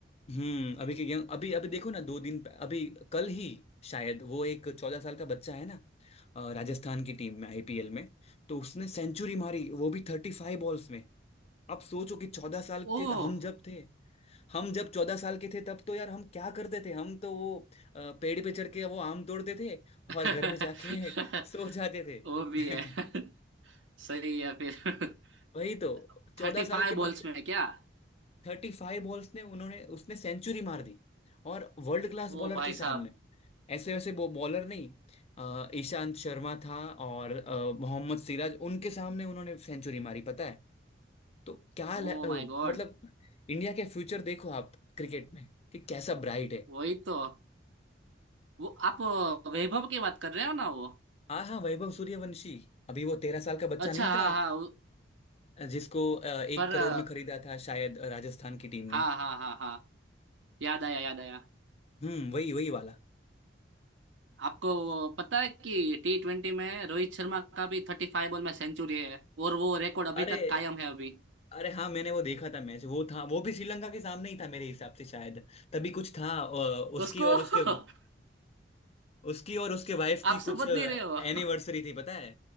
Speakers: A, on the left; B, on the right.
A: हम्म अभी के यंग अभी अभी देखो ना दो दिन पह- अभी कल ही शायद वो एक चौदह साल का बच्चा है ना अ, राजस्थान की टीम में आईपीएल में तो उसने सेंचुरी मारी वो भी थर्टी फाइव बॉल्स में आप सोचो कि चौदह साल
B: ओह
A: के हम जब थे हम जब चौदह साल के थे तब तो यार हम क्या करते थे हम तो वो अ, पेड़ पे चढ़ के वो आम तोड़ते थे
B: <laughs>
A: और घर पे जाके <laughs> सो जाते थे
B: वो भी है
A: <laughs>
B: <laughs> सही है फिर <laughs>
A: वही तो चौदह
B: थर्टी
A: साल
B: फाइव
A: के
B: बॉल्स
A: बच्चे
B: में क्या
A: थर्टी फाइव बॉल्स ने उन्होंने उसने सेंचुरी मार दी और वर्ल्ड क्लास
B: ओ
A: बॉलर
B: भाई
A: के सामने
B: साहब
A: ऐसे वैसे वो बॉलर नहीं अ, ईशांत शर्मा था और अ, मोहम्मद सिराज उनके सामने उन्होंने सेंचुरी मारी पता है तो क्या ल-
B: Oh
A: अ,
B: my god
A: मतलब इंडिया के फ्यूचर देखो आप क्रिकेट में कि कैसा ब्राइट है
B: वही तो वो आप अ, वैभव की बात कर रहे हो ना वो
A: हाँ हाँ वैभव सूर्यवंशी अभी वो तेरह साल का बच्चा
B: अच्छा
A: नहीं था
B: हाँ हाँ वो-
A: जिसको अ, एक
B: पर
A: करोड़
B: अ,
A: में खरीदा था शायद राजस्थान की टीम
B: हाँ
A: ने
B: हाँ हाँ हाँ याद आया याद आया
A: हम्म वही वही वाला
B: आपको वो पता है कि टी ट्वेंटी में रोहित शर्मा का भी थर्टी फाइव बॉल में सेंचुरी है और वो रिकॉर्ड अभी
A: अरे
B: तक कायम है अभी
A: अरे हाँ मैंने वो देखा था मैच वो था वो भी श्रीलंका के सामने ही था मेरे हिसाब से शायद तभी कुछ था अ, उसकी
B: उसको
A: और
B: <laughs>
A: उसके उसकी और उसके वाइफ
B: आप
A: की कुछ
B: समझ
A: एनिवर्सरी
B: नहीं रहे हो
A: थी पता है